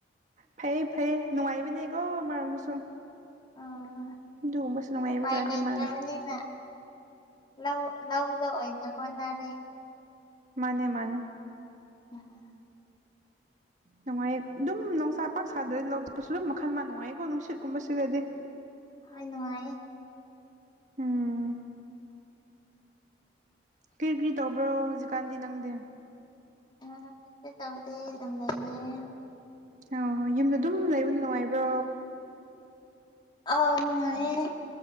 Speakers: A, on the right (about 40°); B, on the left (about 25°).
A: ꯐꯩꯌꯦ ꯐꯩꯌꯦ ꯅꯨꯡꯉꯥꯏꯕꯅꯦꯀꯣ ꯃꯔꯝꯗꯁꯨꯨꯝ
B: ꯎꯝ
A: ꯑꯗꯨꯒꯨꯝꯕꯁꯨ ꯅꯨꯡꯉꯥꯏꯕꯖꯥꯠꯅꯤ
B: ꯎꯄꯥꯏ ꯂꯩꯇ꯭ꯔꯕꯅꯤꯅ
A: <unintelligible>
B: ꯂꯧ ꯂꯧꯗ ꯑꯣꯏꯅ ꯍꯣꯠꯅꯔꯦ
A: ꯃꯥꯅꯦ ꯃꯥꯅꯦ
B: ꯎꯝ
A: ꯅꯨꯡꯉꯥꯏ ꯑꯗꯨꯝ ꯅꯨꯡꯁꯥ ꯄꯥꯛꯁꯥꯗꯔꯗꯤ ꯂꯧ ꯆꯠꯄꯁꯨ ꯑꯗꯨꯝ ꯃꯈꯜꯃ ꯅꯨꯡꯉꯥꯏꯌꯦꯀꯣ ꯅꯨꯡꯁꯤꯠꯀꯨꯝꯕ ꯁꯤꯠꯂꯥꯗꯤ
B: ꯍꯣꯏ ꯅꯨꯡꯉꯥꯏꯌꯦ
A: ꯎꯝ ꯀꯔꯤ ꯀꯔꯤ ꯇꯧꯕ꯭ꯔꯣ ꯍꯧꯖꯤꯛꯀꯥꯟꯗꯤ ꯅꯪꯗꯤ
B: <unintelligible> ꯇꯧꯗꯦ ꯑꯗꯨꯝ ꯂꯩꯌꯦ
A: ꯑꯣ ꯌꯨꯝꯗ ꯑꯗꯨꯝ ꯂꯩꯕꯗꯣ ꯅꯨꯡꯉꯥꯏꯕ꯭ꯔꯣ
B: ꯑꯥꯎ ꯅꯨꯡꯉꯥꯏꯌꯦ